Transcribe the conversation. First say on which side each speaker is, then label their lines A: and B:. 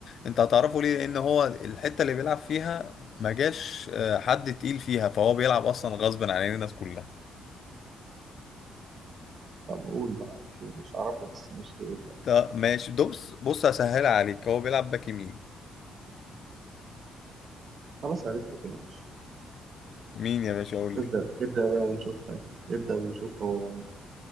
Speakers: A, on the left; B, on the right.
A: انت هتعرفه ليه لان هو الحته اللي بيلعب فيها ما جاش آه، حد تقيل فيها فهو بيلعب اصلا غصب عن الناس كلها
B: طب قول بقى مش مش أعرفه بس مش قول بقى.
A: طب ماشي بص بص هسهلها عليك هو بيلعب باك يمين
B: خلاص عرفت كده مش
A: مين يا باشا قول
B: ابدأ
A: لي
B: ابدأ بقى ونشوف تاني ابدأ ونشوف هو